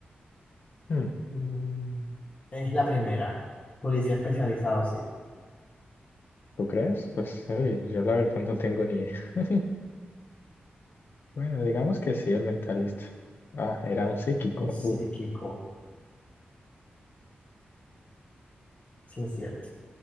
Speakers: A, on the left; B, on the left.
A: Hmm,
B: Mm, Es la primera. Policía especializado, sí.
A: ¿Tú crees? Pues uy, yo la verdad no tengo ni idea. <laughs> Bueno, digamos que sí, el mentalista. Ah, era un psíquico.
B: Ujú, Psíquico,
A: Uf,
B: sí es cierto.